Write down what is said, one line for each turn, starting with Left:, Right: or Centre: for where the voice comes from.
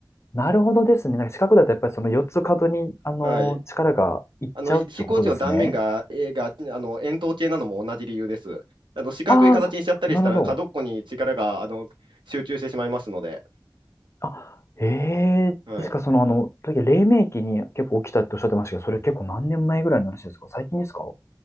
Left: なるほどですね。なんか四角だとやっぱりその四つ角に、あのー力がいっちゃうってことですね。
Right: はい。あの、ひ飛行機の断面が、えーが、あの、円筒形なのも同じ理由です。あの、四角い形にしちゃったりしたら、
Left: ああ、そ、なるほど。
Right: 角っこに力が、あの、集中してしまいますので。
Left: あ、ええですか、
Right: はい。
Left: その、あの、時々黎明期に結構起きたっておっしゃってましたけど、それ結構何年前ぐらいの話ですか最近ですか